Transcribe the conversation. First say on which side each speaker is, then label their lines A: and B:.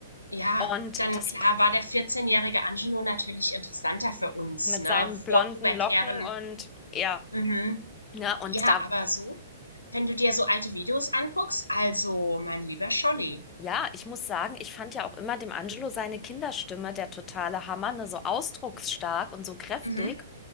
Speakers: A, on the left (about 80°); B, on the left (about 20°).
A: Ja,
B: Und
A: dann
B: das
A: klar war der vierzehnjährige Angelo natürlich interessanter für uns,
B: mit
A: ne,
B: seinen
A: vor
B: blonden
A: pubertären
B: Locken und ja,
A: mhm.
B: ne? Und
A: Ja,
B: da
A: aber so, wenn du dir so alte Videos anguckst, also, mein lieber Scholli.
B: Ja, ich muss sagen, ich fand ja auch immer dem Angelo seine Kinderstimme der totale Hammer, ne, so ausdrucksstark und so kräftig.
A: Mhm.